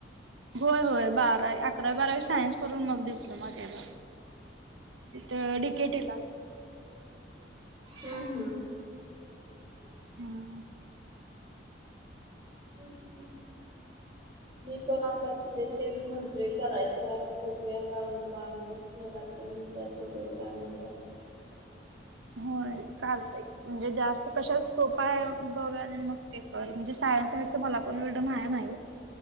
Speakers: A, on the right; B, on the right.
A: होय होय. बारावी, अकरावी-बारावी सायन्स करून, मग डिप्लोमा केला. तिथं डिकेटीला.
B: हम्म हम्म.
A: हा.
B: हम्म हम्म मी पण आता, पुढे तेच म्हणतोय करायचं च तर आता, बघूया काय होतं आणि घरातली म्हणतात, बघूया काय म्हणताहेत.
A: होय, चालतंय. म्हणजे जास्त कशाला स्कोप आहे, बघ आणि मग ते कर. म्हणजे सायन्स साईडचं, मला पण एवढं नाय माहीत.